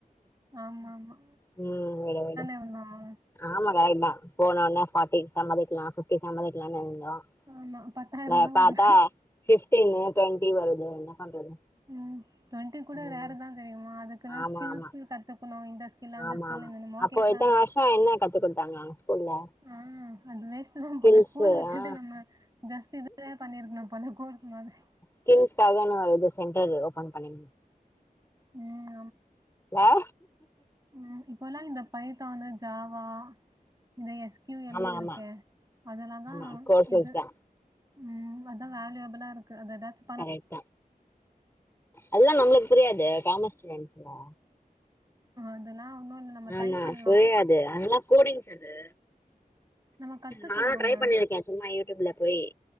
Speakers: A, on the right; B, on the left.
A: ஆம்மாம்மா
B: உம் வட வட
A: ஆம்மாம்மா
B: ஆமா ரைட் தா போனோன்னே பாட்டி சம்மதிக்கலா ஃபிஃப்டி சம்மதிக்கலாம்னு இருந்தோ
A: ஆமா பத்தாயிரந்தா
B: இல்ல பாத்தா
A: வருது
B: ஃபிஃப்டீனு ட்வெண்டி வருது என்ன பண்றது
A: ம் டவெண்டி கூட
B: ம்
A: ரேரு தா தெரியுமா அதுக்கெல்லா
B: ஆமா
A: ஸ்கில்ஸ்
B: ஆமா
A: கத்துக்கணு இண்ட ஸ்கில்லு அந்த
B: ஆமா
A: ஸ்கில்லு
B: ஆமா
A: என்னென்மோ
B: அப்போ
A: கேக்றாங்க
B: இத்தன வருஷோ என்ன கத்து குடுத்தாங்க அங்க ஸ்கூல்ல
A: ஆ அதுவே அதான்
B: ஸ்கில்ஸு
A: போல ஸ்கூல் விட்டுட்டு
B: ஆ
A: நம்ம ஜஸ்ட் இதே பண்ணிருக்கணு போல கோர்ஸ் மாதிரி
B: ஸ்கில்ஸ்க்காகன்னு ஒரு இது சென்டர் ஓபன் பண்ணே
A: ம்.
B: ல்ல
A: உம் இப்பல்லா இந்த பைத்தான்னு ஜாவா இதயே கியூ எல்லு
B: ஆமா
A: இருக்கே
B: ஆமா
A: அதெல்லா தா
B: ஆமா கோர்சஸ்
A: இது
B: தா
A: உம் அதா வேல்யூபிளா ருக்கு ரெடார்டி
B: கரெக்ட்டு தா அதெல்லாம் நம்மளுக்கு புரியாது காமர்ஸ் ஸ்டூடன்ட்ஸ் டா
A: அதெல்லா ஒன்னு இல்ல நம்ம ட்ரை
B: ஆமா
A: பண்ணலாம்.
B: புரியாது அதெல்லா கோடிங்ஸ் அது
A: நம்ம கத்துக்கலாம்
B: நானு
A: நம்ம.
B: ட்ரை பண்ணிருக்கே சும்மா யூடியூப்ல போய்